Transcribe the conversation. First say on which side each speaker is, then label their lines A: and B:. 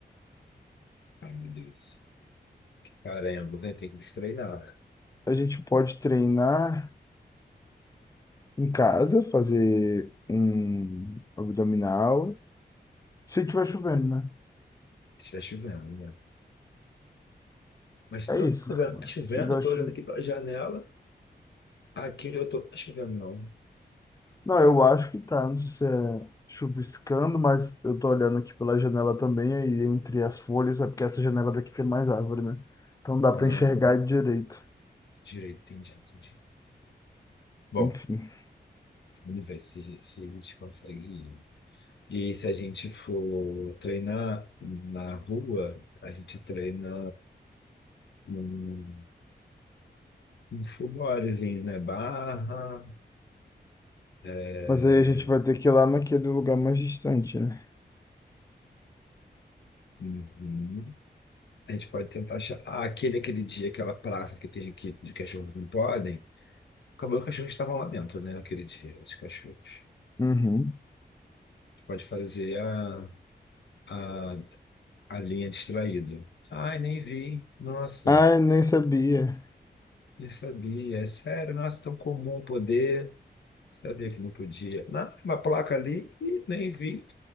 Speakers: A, on the left; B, on the left.
A: Ai, meu Deus. Caramba, né? Tem que se treinar. né?
B: A gente pode treinar em casa, fazer um abdominal. Se tiver chovendo, né?
A: Se estiver chovendo, né? Mas se
B: É
A: tá
B: isso.
A: chovendo, tá chovendo,
B: Se tiver
A: eu tô
B: chu-
A: olhando aqui pela janela. Aqui onde eu tô, tá chovendo, não.
B: Não, eu acho que tá. Não sei se é chuviscando, mas eu tô olhando aqui pela janela também, aí entre as folhas, é porque essa janela daqui tem mais árvore, né? Então dá
A: Ah,
B: para enxergar direito.
A: direito, entendi, entendi. Bom,
B: Enfim.
A: vamos ver se, se a gente consegue ir. E se a gente for treinar na rua, a gente treina num, num full bodyzinho, né? Barra, é,
B: Mas aí a gente vai ter que ir lá naquele lugar mais distante, né?
A: uhum. A gente pode tentar achar. Ah, aquele, aquele dia, aquela praça que tem aqui de cachorros não podem. Acabou que os cachorros estavam lá dentro, né? Aquele dia, os cachorros.
B: Uhum.
A: Pode fazer a, a, a linha distraído. Ai, nem vi. Nossa,
B: Ai, nem sabia.
A: nem sabia. É sério, nossa, tão comum poder. Sabia que não podia. Não, uma placa ali, ih, nem vi.